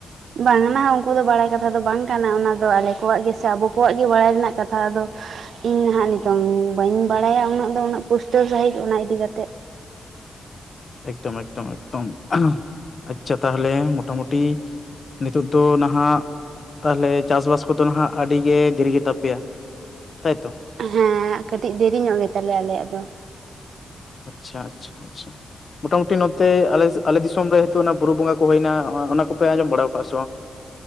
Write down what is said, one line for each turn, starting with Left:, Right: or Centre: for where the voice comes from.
Right: ᱵᱟᱝᱟᱱᱟ ᱩᱱᱠᱩ ᱫᱚ ᱵᱟᱲᱟᱭ ᱠᱟᱛᱷᱟ ᱫᱚ ᱵᱟᱝ ᱠᱟᱱᱟ᱾ ᱚᱱᱟ ᱫᱚ ᱟᱞᱮ ᱠᱚᱣᱟᱜ ᱜᱮᱥᱮ ᱟᱵᱚ ᱠᱚᱣᱟᱜ ᱜᱮ ᱵᱟᱲᱟᱭ ᱨᱮᱱᱟᱜ ᱠᱟᱛᱷᱟ ᱫᱚ᱾ ᱤᱧ ᱱᱟᱦᱟᱜ ᱱᱤᱛᱚᱝ ᱵᱟᱹᱧ ᱵᱟᱲᱟᱭᱟ ᱩᱱᱟᱹᱜ ᱫᱚ ᱩᱱᱟᱹᱜ ᱯᱩᱥᱴᱟᱹᱣ ᱥᱟᱹᱦᱤᱡ ᱚᱱᱟ ᱤᱫᱤ ᱠᱟᱛᱮᱫ᱾
Left: ᱮᱠᱫᱚᱢ ᱮᱠᱫᱚᱢ ᱮᱠᱫᱚᱢ᱾ ᱟᱪᱪᱷᱟ ᱛᱟᱦᱚᱞᱮ ᱢᱚᱴᱟᱢᱩᱴᱤ ᱴᱤ, ᱱᱤᱛᱚᱜ ᱫᱚ ᱱᱟᱦᱟᱜ ᱛᱟᱦᱚᱞᱮ ᱪᱟᱥᱵᱟᱥ ᱠᱚᱫᱚ ᱦᱟᱜ ᱟᱹᱰᱤ ᱜᱮ ᱫᱤᱨᱤ ᱜᱮ ᱛᱟᱯᱮᱭᱟ᱾ ᱛᱟᱭᱛᱚ?
Right: ᱦᱮᱸ᱾ ᱠᱟᱹᱴᱤᱡ ᱫᱮᱨᱤ ᱧᱚᱜ ᱜᱮ ᱛᱟᱞᱮᱭᱟ ᱟᱞᱮᱭᱟᱜ ᱫᱚ᱾
Left: ᱟᱪᱪᱷᱟ ᱟᱪᱪᱷᱟ ᱟᱪᱪᱷᱟ᱾ ᱢᱚᱴᱟ ᱢᱩᱴᱤ ᱱᱚᱛᱮ ᱟᱞᱮ ᱟᱞᱮ ᱫᱤᱥᱚᱢ ᱨᱮ ᱱᱤᱛᱚᱜ ᱚᱱᱟ ᱵᱩᱨᱩ ᱵᱚᱸᱜᱟ ᱠᱚ ᱦᱩᱭᱱᱟ ᱚᱱᱟ ᱠᱚᱯᱮ ᱟᱸᱡᱚᱢ ᱵᱟᱲᱟ ᱟᱠᱟᱜᱼᱟ ᱥᱮ ᱵᱟᱝ?